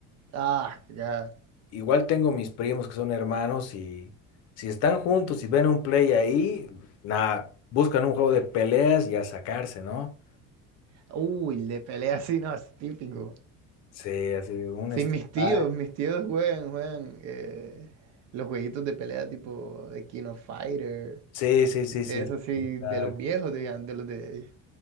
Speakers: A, on the right (about 50°); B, on the left (about 50°).
A: Ah, ya.
B: Igual tengo mis primos que son hermanos y si están juntos y ven un play ahí, nada, buscan un juego de peleas y a sacarse, ¿no?
A: Uy, de pelea así, no, es típico.
B: Sí, así un
A: Sí,
B: Street
A: mis tíos,
B: Fighter.
A: mis tíos juegan, juegan eh, los jueguitos de pelea tipo de King of Fighter
B: Sí, sí, sí, sí.
A: Es así,
B: está
A: de los viejos, digan, de los de...